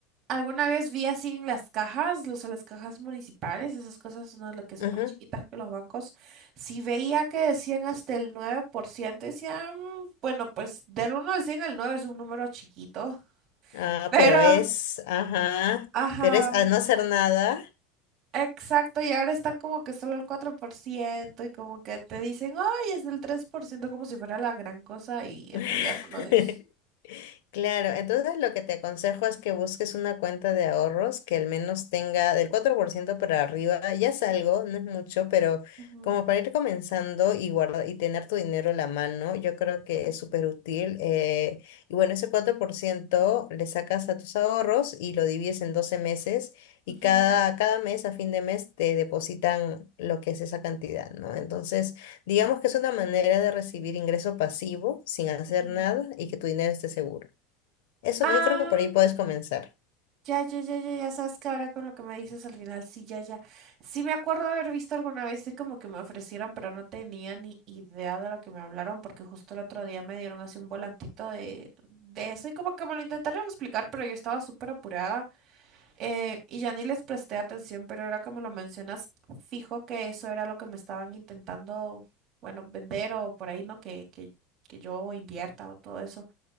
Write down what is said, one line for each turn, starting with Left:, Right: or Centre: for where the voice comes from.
Right: alguna vez vi así en las cajas, los, las cajas municipales, esas cosas, ¿no? Lo que son
Left: ajá,
Right: más chiquitas que los bancos, sí veía que decían hasta el 9% decían, bueno, pues del uno al 100 el 9 es un número chiquito,
Left: ah,
Right: <laughs> pero,
Left: pero es, ajá,
Right: ajá.
Left: pero es a no hacer nada.
Right: Exacto, y ahora están como que solo el 4% y como que te dicen, ay, es del 3% como si fuera la gran cosa y
Left: <laughs>
Right: en realidad no lo es.
Left: Claro, entonces lo que te aconsejo es que busques una cuenta de ahorros que al menos tenga del 4% para arriba, ya es algo, no es mucho, pero
Right: Ujú,
Left: como para ir comenzando y guardar y tener tu dinero a la mano, yo creo que es súper útil. eh, y bueno, ese 4% le sacas a tus ahorros y lo divides en 12 meses y
Right: ujú,
Left: cada, cada mes, a fin de mes, te depositan lo que es esa cantidad, ¿no? Entonces... Digamos que es una manera de recibir ingreso pasivo sin hacer
Right: ujú.
Left: nada y que tu dinero esté seguro. Eso
Right: Ah,
Left: que yo creo que por ahí puedes comenzar.
Right: ya, ya, ya, ya, ya sabes que ahora con lo que me dices al final, sí, ya, ya. Sí me acuerdo de haber visto alguna vez, y como que me ofrecieron, pero no tenía ni idea de lo que me hablaron, porque justo el otro día me dieron así un volantito de, de eso y como que me lo intentaron explicar, pero yo estaba súper apurada Eh, y ya ni les presté atención, pero ahora que me lo mencionas, fijo que eso era lo que me estaban intentando, bueno, vender o por ahí, ¿no? Que, que, que yo invierta o todo eso.